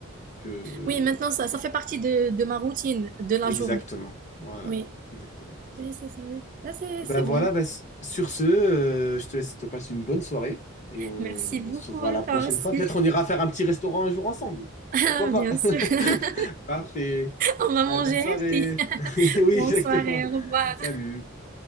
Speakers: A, on the left; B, on the right.
A: que.
B: oui, maintenant ça ça fait partie de de ma routine de la
A: Exactement.
B: journée.
A: Voilà,
B: Oui.
A: exactement.
B: Oui, c'est ça. oui. Là, c'est
A: Bah
B: c'est
A: voilà,
B: bon.
A: bah, s- sur ce, euh, je te laisse, te passe une bonne soirée et on
B: Merci beaucoup
A: se voit
B: à
A: la prochaine
B: toi aussi.
A: fois. Peut-être on ira faire un petit restaurant un jour ensemble.
B: <laughs>
A: Pourquoi pas?
B: Bien sûr.
A: <laughs>
B: <laughs>
A: Parfait.
B: On va manger
A: Bah, bonne soirée.
B: aussi. <laughs>
A: <laughs> Oui,
B: Bonne
A: exactement.
B: soirée, au revoir.
A: Salut.